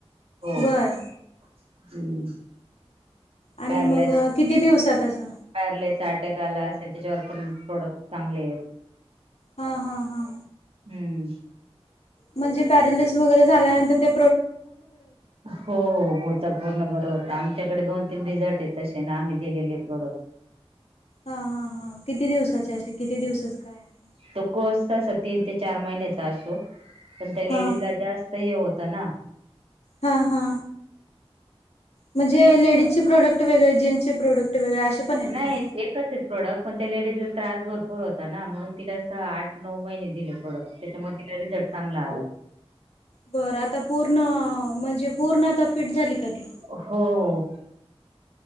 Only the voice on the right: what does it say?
होम्.
पॅरलास.
पॅरलाचा अटॅक आला असेल त्याच्यावर पण प्रोडक्ट चांगले आहेत.
हम्म
हो हो होता पूर्ण बर. आमच्याकडे दोन तीन रिझल्ट आहे तसे ना आम्ही दिलेले प्रोडक्ट.
तो कोर्स त तीन ते चार महिन्याचा असो पण त्या लेडीज
ला जास्त हे होत. तना
त्याच्यामुळे
नाही
एकच प्रोडक्ट पण त्या त्रास भरपूर होता ना म्हणून तिला आठ नऊ महिने दिले प्रोडक्ट त्याच्यामुळे तिला रिझल्ट चांगला आला.
हो हो